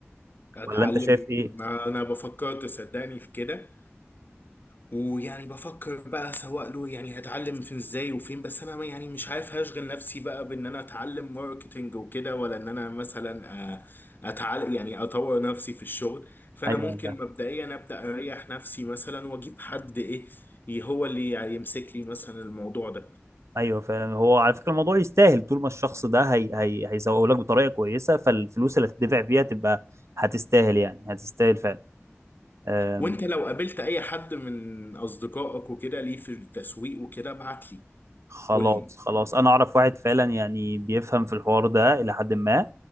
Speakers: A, on the left; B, on the right.
A: اتعلم
B: ولا انت شايف ايه
A: ما انا بفكر تصدقني في كده ويعني بفكر بقى سواء له يعني هتعلم فين ازاي وفين بس انا يعني مش عارف هشغل نفسي بقى بان انا اتعلم ماركتينج وكده ولا ان انا مثلا آه، اتعلم يعني اطور نفسي في الشغل فانا
B: ايوه
A: ممكن مبدئيا ابدا اريح نفسي مثلا واجيب حد ايه هو اللي يمسك لي مثلا الموضوع ده
B: ايوه فعلا هو على فكره الموضوع يستاهل طول ما الشخص ده هي هي هيسوق لك بطريقه كويسه فالفلوس اللي هتدفع فيها تبقى هتستاهل يعني هتستاهل فعلا أم،
A: وانت لو قابلت اي حد من اصدقائك وكده ليه في التسويق وكده ابعت لي
B: خلاص
A: قول لي
B: خلاص انا اعرف واحد فعلا يعني بيفهم في الحوار ده الى حد ما